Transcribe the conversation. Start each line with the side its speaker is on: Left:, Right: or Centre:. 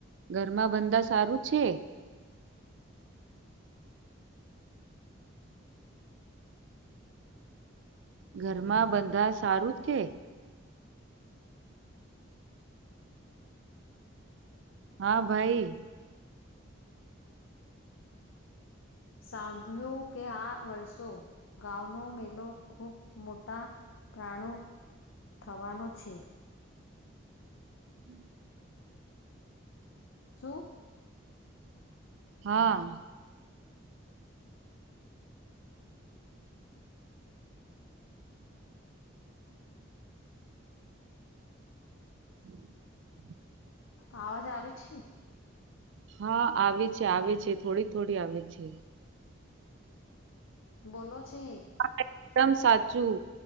Right: ઘરમાં બંધા સારું છે? ઘરમાં બંધા સારું જ કે? હા ભાઈ
Left: સાંભળ્યું કે આ વર્ષો ગાવનો મેલો ખૂબ મોટા પ્રાણો થવાનો છે.
Right: હમ
Left: શું?
Right: હા હમ
Left: આવાજ આવે છે?
Right: હા આવે છે, આવે છે થોડી થોડી આવે છે.
Left: બોલો છે.
Right: આ એકદમ સાચું.